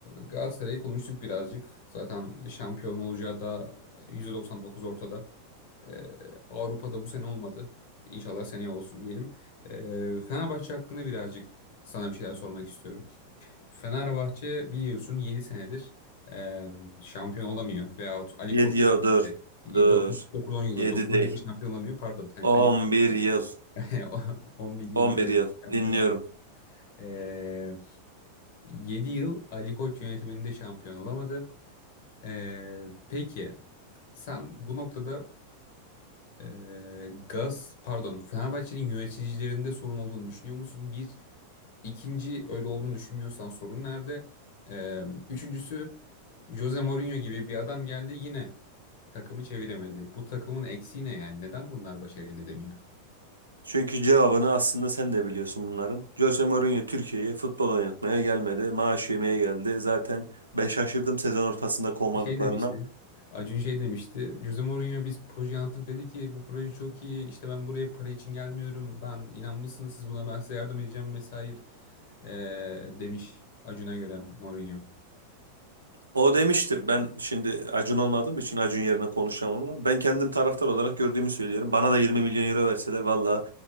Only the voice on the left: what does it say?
Galatasaray'ı konuştuk birazcık. Zaten şampiyon olacağı da %99 ortada. Ee, Avrupa'da bu sene olmadı. İnşallah seneye olsun diyelim. Ee, Fenerbahçe hakkında birazcık sana bir şeyler sormak istiyorum. Fenerbahçe biliyorsun 7 senedir e, şampiyon olamıyor. Veyahut Ali
Koç
döneminde
dokuz on yıldır,
dokuz
on yıldır şampiyon olamıyor. Pardon. Hani
Ali
<laughs> on bir yıldır
evet
şampiyon
olamıyor. Ee, 7 yıl Ali Koç yönetiminde şampiyon olamadı. Ee, peki sen bu noktada e, Gaz pardon Fenerbahçe'nin yöneticilerinde sorun olduğunu düşünüyor musun? Bir, ikinci öyle olduğunu düşünmüyorsan sorun nerede? Ee, üçüncüsü Jose Mourinho gibi bir adam geldi yine takımı çeviremedi. Bu takımın eksiği ne yani? Neden bunlar başarı elde edemiyor?
Şey demişti. Acun şey demişti. Jose Mourinho biz proje yaptık dedi ki bu proje çok iyi. İşte ben buraya para için gelmiyorum. Ben inanmışsınız siz buna ben size yardım edeceğim vesaire eee, demiş Acun'a göre Mourinho.